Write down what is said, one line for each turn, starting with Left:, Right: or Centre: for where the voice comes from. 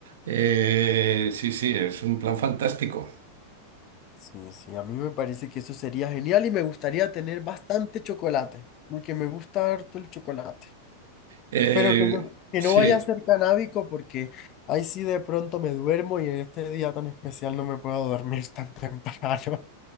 Right: eh, sí, sí, es un plan fantástico.
Left: Sí, sí, a mí me parece que eso sería genial y me gustaría tener bastante chocolate, porque me gusta harto el chocolate.
Right: Eh,
Left: Pero que no, que
Right: sí.
Left: no vaya a ser canábico porque ahí sí de pronto me duermo y en este día tan especial no me puedo dormir tan temprano.